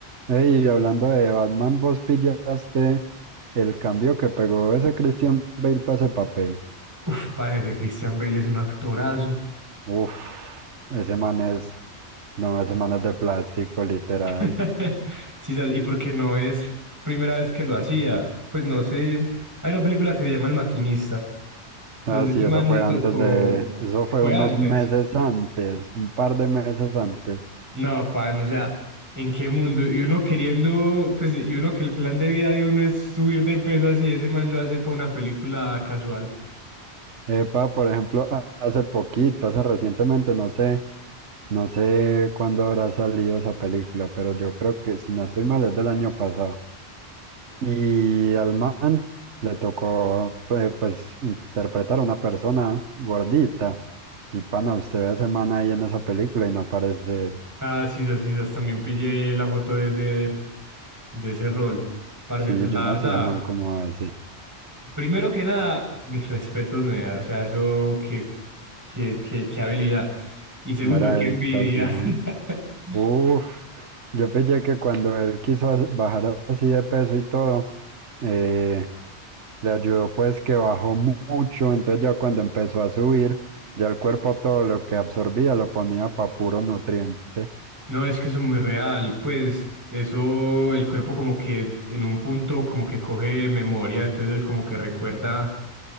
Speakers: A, on the right; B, on the right.
A: Ey, y hablando de Batman, vos pillaste el cambio que pegó ese Christian Bale para ese papel.
B: Uf, pana, ese Christian Bale es un actorazo.
A: Uf, ese man es, no, ese man es de plástico, literal.
B: <laughs> Sí, ¿sabes? y porque no es primera vez que lo hacía, pues no sé, hay una película que se llama El Maquinista, donde
A: Ah, sí,
B: ese
A: eso
B: man le
A: fue
B: tocó,
A: antes de, eso fue
B: fue
A: unos
B: antes,
A: meses antes, un par de meses antes.
B: no, pan, o sea, ¿en qué mundo? Y uno queriendo, pues, y uno que el plan de vida de uno es subir de peso así, ese man lo hace para una película casual.
A: Epa, por ejemplo, a- hace poquito, hace recientemente, no sé. No sé cuándo habrá salido esa película, pero yo creo que, si no estoy mal, es del año pasado. Y al man le tocó, pues, pues, interpretar a una persona gordita. Y pana, usted ve a ese man ahí en esa película y no parece él.
B: Ah, sí, sí, sí, también pillé la foto de ese, de ese rol. Parce,
A: Sí,
B: pues
A: yo
B: la
A: no
B: verdad,
A: sé ese man cómo hace.
B: Primero que nada, mis respetos, nea, o sea, eso, qué, qué, qué, qué habilidad. Y segundo,
A: Mera
B: qué
A: dedicación.
B: envidia. <laughs>
A: Uf, yo pensé que cuando él quiso as- bajar así de peso y todo, eh, le ayudó pues que bajó mu- mucho, entonces ya cuando empezó a subir, ya el cuerpo todo lo que absorbía lo ponía para puro nutriente.
B: No, es que eso es muy real, pues eso, el cuerpo como que en un punto como que coge memoria, entonces él como que recuerda